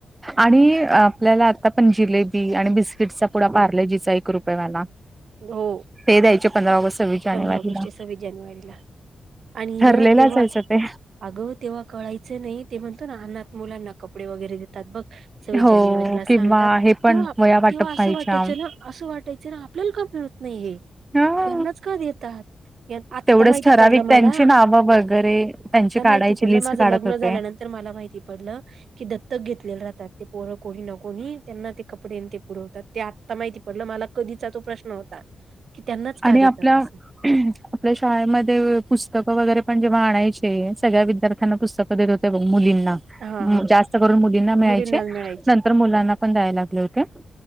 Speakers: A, on the right (about 15°); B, on the right (about 65°).
A: आणि आपल्याला आता पण जिलेबी आणि बिस्किटचा पुढा पार्लेजीचा एक रुपयेवाला
B: हो.
A: ते द्यायचे पंधरा ऑगस्ट, सव्वीस जानेवारीला.
B: पंधरा ऑगस्ट सव्वीस जानेवारीला आणि
A: ठरलेलं
B: ना तेव्हा
A: असायचं ते.
B: अगं तेव्हा कळायचं नाही ते म्हणतो ना अननात मुलांना कपडे वगैरे देतात बघ. सव्वीस
A: हो
B: जानेवारीला सांगतात
A: किंवा हे पण
B: तेव्हा
A: वह्या वाटप
B: तेव्हा असं
A: व्हायच्या.
B: वाटायचं ना असं वाटायचं ना आपल्याला का मिळ. नाही हे.
A: हा.
B: यांनाच का देतात. या आत्ता
A: तेवढेच
B: माहिती
A: ठराविक
B: पडलं मला,
A: त्यांची नावं वगैरे त्यांची
B: आता
A: काढायची
B: माहिती पडलं
A: लिस्ट
B: माझ
A: काढत
B: लग्न
A: होते.
B: झाल्यानंतर नंतर मला माहिती पडलं. कि दत्तक घेतलेले राहतात ते परं कोणी ना कोणी त्यांना ते कपडे ते पुरवतात त्या आता माहिती पडलं मला कधीचा तो प्रश्न होता. की त्यांनाच का
A: आणि
B: देतात
A: आपल्या
B: असं
A: आपल्या शाळेमध्ये पुस्तकं वगैरे पण जेव्हा आणायचे सगळ्या विद्यार्थ्यांना पुस्तक देत होते बघ मुलींना,
B: हा हा
A: जास्त करून मुलींना मिळायचे
B: मुलींनाच मिळायची
A: नंतर मुलांना पण ण दय लाग हो